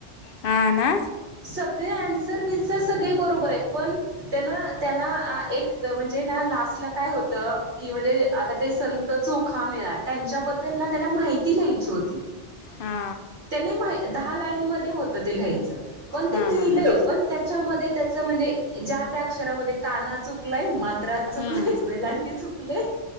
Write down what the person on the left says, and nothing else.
हा.. ना
हा
हां
हां हां
हम्म.